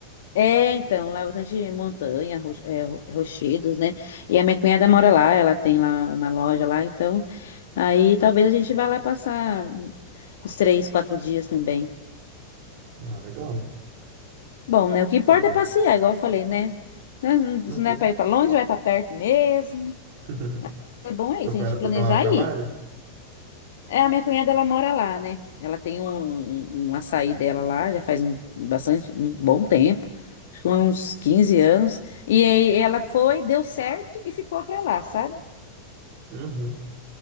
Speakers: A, on the left (about 60°); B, on the right (about 45°).
A: é, então, lá é bastante montanha, ro, é, ro- rochedos, né? E a minha cunhada mora lá, ela tem lá uma loja lá, então aí talvez a gente vá lá passar uns três, quatro dias também.
B: Ah, legal.
A: Bom, né? O que importa
B: Ela...
A: é passear, igual eu falei, né? Né,
B: Uhum.
A: Se não é pra ir pra longe, vai pra perto mesmo.
B: <laughs>
A: É bom é
B: Seu
A: isso,
B: pai
A: a gente planejar
B: foi para lá no trabalho?
A: e ir. É, a minha cunhada, ela mora lá, né? Ela tem um, um, um açaí dela lá, já faz um, bastante, um bom tempo, acho que uns 15 anos. E aí ela foi, deu certo e ficou pra lá, sabe?
B: Uhum.